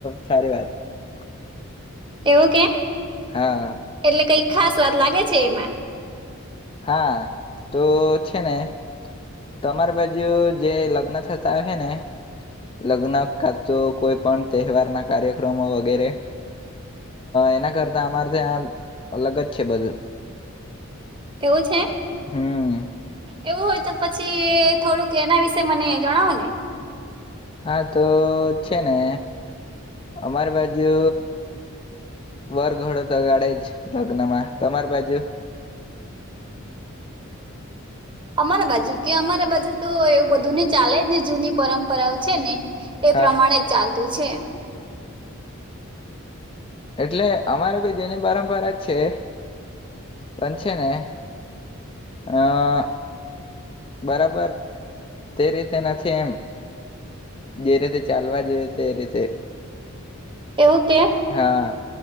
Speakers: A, on the left (about 25°); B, on the right (about 25°).
A: સારી વાત.
B: એવું કે
A: હા.
B: એટલે કઈ ખાસ વાત લાગે છે, એમાં
A: હા, તો છે ને તમારી બાજુ જે લગ્ન થતા હ છે, ને લગ્ન કા તો કોઈ પણ તહેવારના કાર્યક્રમો વગેરે એના કરતા અમારે ત્યાં અલગ જ છે, બધું.
B: એવું છે.
A: હમ
B: એવું હોય તો પછી થોડુંક એના વિશેે મને જણાવો ને
A: હા તો છે ને અમાર બાજુ વરઘડો તો ગાડે જ લગ્ન માં. તમામાર બાજુ?
B: અમારા બાજુ કે અમારા બાજુ તો એવું બધું ને ચાલે જ ને જૂની પરંપરાઓ છે ને એ
A: હા
B: પ્રમાણે ચાલ ચાલતું છે.
A: એટલે અમારે ભી જૂની પરંપરા જ છે, પણ છે ને આહ બરાબર તે રીતે નથી એમ જે રીતે ચાલવા જોઈએ તે રીતે.
B: એવું.
A: હા